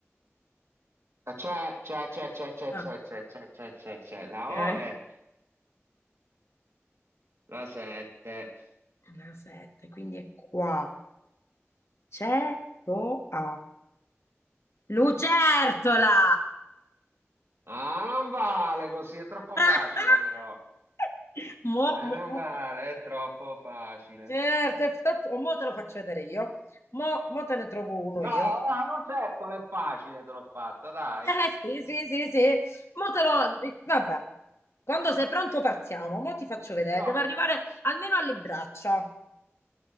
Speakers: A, on the right; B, on the left.
A: Ah, C'è, c'è, c'è, c'è, c'è,
B: Ah,
A: c'è, c'è, c'è, c'è, c'è, c'è, la
B: ok.
A: O è la 7.
B: La 7, quindi è qua. Cetoa. Lucertola!
A: Ah, non vale così, è troppo
B: <laughs>
A: facile però.
B: Mo,
A: Eh,
B: mo,
A: non
B: mo-
A: vale, è troppo facile.
B: certo, e sto- mo te lo faccio vedere io. Mo, mo te ne trovo uno
A: No,
B: io.
A: no, non certo, è facile, te l'ho fatta, dai.
B: Eh sì, sì, sì, sì. Mo te lo... Vabbè. Quando sei pronto partiamo. Mo ti faccio vedere.
A: Pronto?
B: Devo arrivare almeno alle braccia.